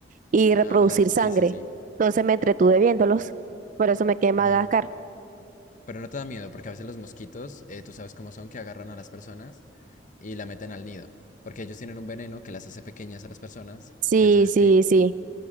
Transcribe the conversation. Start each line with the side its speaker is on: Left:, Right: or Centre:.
Right: Y reproducir
Left: Ah, las...
Right: sangre.
Left: Sí, sí, sí.
Right: Entonces me entretuve viéndolos. Por eso me quedé en
Left: Ay.
Right: Madagascar.
Left: Pero no te da miedo, porque a veces los mosquitos, eh, tú sabes cómo son, que agarran a las personas y la meten al nido. Porque ellos tienen un veneno que las hace pequeñas a las personas.
Right: Sí,
Left: Y entonces,
Right: sí,
Left: sí.
Right: sí.